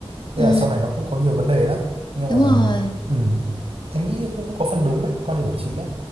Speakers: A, on the right (about 65°); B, on the left (about 45°).
A: Thế
B: ừ
A: là sau này nó cũng có nhiều vấn đề lắm nhưng
B: đúng
A: mà
B: rồi
A: ừ, em nghĩ cũng có phần đúng đấy quan điểm của chị á